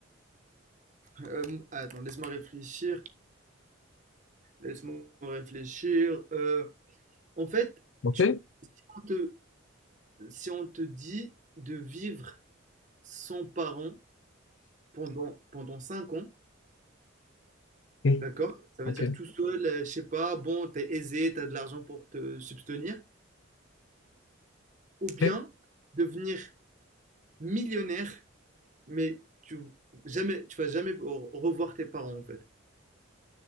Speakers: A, on the right (about 35°); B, on the left (about 70°).
A: euh, attends, laisse-moi réfléchir. Laisse-moi réfléchir. Euh, en fait,
B: Ok,
A: tu, on te- si on te dit de vivre sans parents pendant, pendant cinq ans,
B: ok,
A: D'accord. Ça veut
B: ok.
A: dire tout seul, euh, je sais pas, bon, t'es aisé, t'as de l'argent pour te subvenir, ou bien
B: ok.
A: devenir millionnaire, mais tu jamais, tu vas jamais re- revoir tes parents en fait.